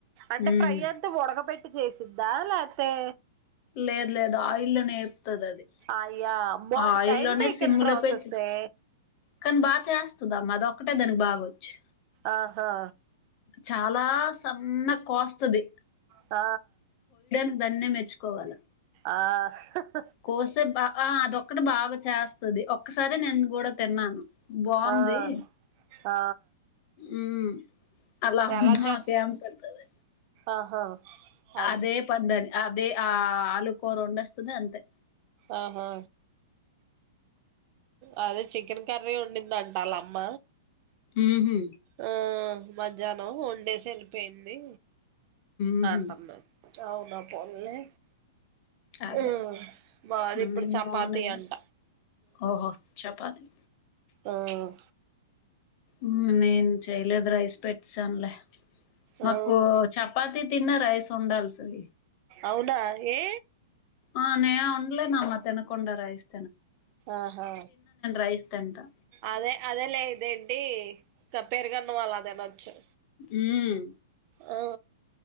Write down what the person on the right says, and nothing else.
అంటే
ఫ్రై వధ్ధు ఉడకబెట్టి చేసిద్దా లేకతే!?
అయ్యా అమ్మో అది
టైమ్ టేకన్
ప్రాసెస్సే
ఆహా!
ఆ
ఆ హా
ఆ ఆ
ఎలా
చే
ఆహా అది
ఆహా! అదే చికెన్ కర్రీ ఉండిందంటలామ్మ
ఆ మధ్యాహ్నం వన్ండేస్ వెళ్ళిపోయింది
ఆంటమ్మా అవునా పోర్లే
ఉమ్ మాది ఇప్పుడు
చపాతి
అంట
ఉమ్
ఆ
అవునాా ఏ
ఆహా
అదే అదే లే ఇదేంటి స పేరుగాన్న వాళ్ళ అదేన వచ్చు
ఆ